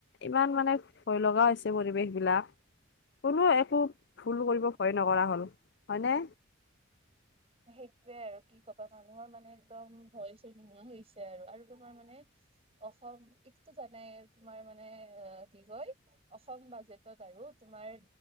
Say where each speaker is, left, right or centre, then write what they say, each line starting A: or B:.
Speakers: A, on the left; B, on the right.
A: ইমান মানে। ভয় লগা হৈছে পৰিৱেশ বিলাক কোনো একো ভুল
B: উম
A: কৰিব ভয় নকৰা হ'ল। হয়নে।
B: সেইটোয়ে আৰু কি ক'বা মানুহৰ মানে একদম ভয় চয় নোহোৱা হৈছে আৰু। আৰু তোমাৰ মানে অসম এইটোতো জানাই তোমাৰ মানে আ কি কয় অসম বাজেটত আৰু তোমাৰ।